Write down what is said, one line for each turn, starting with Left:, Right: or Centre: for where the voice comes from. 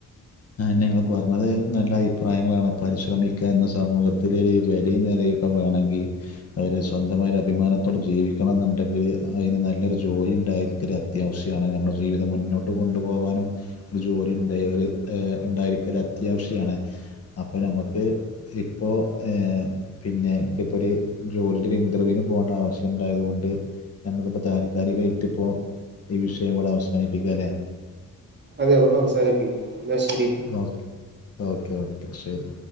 Left: ഞങ്ങൾ പറഞ്ഞത് നല്ല അഭിപ്രായങ്ങളാണ് പരിശ്രമിക്കുക എന്ന സമൂഹത്തിലൊ ഒരു വെലിയ നിലയൊക്കെ വേണെങ്കിൽ അവര് സ്വന്തമായ ഒരു അഭിമാനത്തോട്ടെ ജീവിക്കണം എന്നുണ്ടെങ്കില് അതിന് നല്ലൊരു ജോലി ഉണ്ടായിരിക്കൽ അത്യാവശ്യമാണ് നമ്മുടെ ജീവിതം മുന്നോട്ട് കൊണ്ടുപോകാനും ഒരു ജോലിയുണ്ടായാൽ ഉണ്ടായിരിക്കൽ അത്യാവശ്യമാണ് അപ്പോൾ നമുക്ക് ഇപ്പോൾ പിന്നെ എനിക്കിപ്പ ഒരു ജോലിടെ ഒരു ഇന്റർവ്യൂവിന് പോകേണ്ട ആവശ്യം ഉണ്ടായത് കൊണ്ട് നമുക്കിപ്പോ താൽക്കാലികമായിട്ട് ഇപ്പോ ഈ വിഷയം ഇവിടെ അവസാനിപ്പിക്ക ലെ
Right: അതെ നമുക്ക് അവസാനിപ്പിക്കാം എന്നാ ശരി
Left: ഓക്കെ ഓക്കെ ശരി